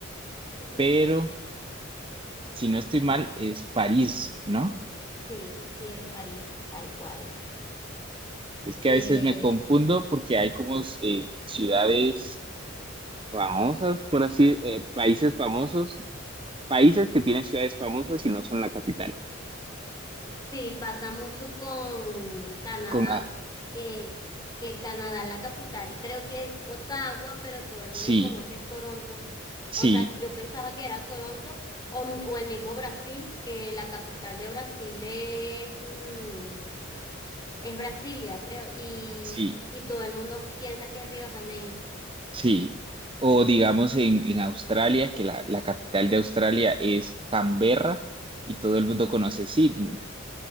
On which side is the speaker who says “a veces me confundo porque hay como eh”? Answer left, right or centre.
Right